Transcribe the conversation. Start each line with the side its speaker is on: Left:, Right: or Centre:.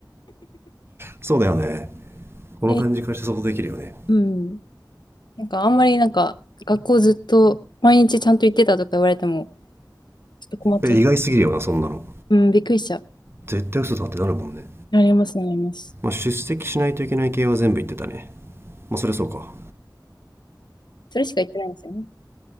Right: そうだよねこの感じからして想像できるよね
Left: え、うん。なんか、あんまりなんか、学校ずっと、毎日ちゃんと行ってたとか言われても、ちょっと困っちゃう。
Right: え意外すぎるよなそんなの
Left: うん、びっくりしちゃう。
Right: 絶対嘘だってなるもんね、
Left: なります、なります。
Right: まあ、出席しないといけない系は全部言ってたねまあそりゃそうか
Left: それしか言ってないんですよね。